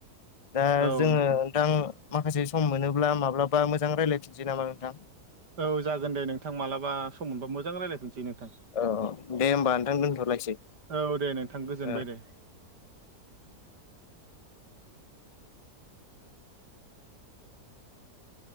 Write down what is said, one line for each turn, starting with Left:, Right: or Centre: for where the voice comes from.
Left: दा
Right: औ
Left: जोंङो
Right: नोंथां
Left: थां माखासे सम मोनोब्ला माब्लाबा मोजां रायज्लायफिनसै नामा नोंथां?
Right: औ जागोन दे नोंथां मालाबा सम मोनबा मोजां रायलायफिनसै नोंथां।
Left: औ औ दे होमबा नोंथां दोनथ'लायसै,
Right: औ दे नोंथां गोजोनबाय
Left: ओ
Right: दे